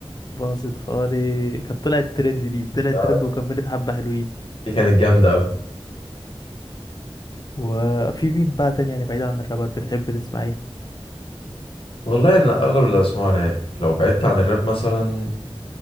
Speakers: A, on the left; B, on the left.
A: باظت خالي كانت طلعت ترند دي طلعت
B: آه،
A: ترند وكملت حبة حلوين
B: دي كانت جامدة أوي
A: وفي مين بقى تاني يعني بعيد عن الرابر بتحب تسمع ايه
B: والله أنا أغلب اللي أسمعه راب لو بعدت عن الراب مثلا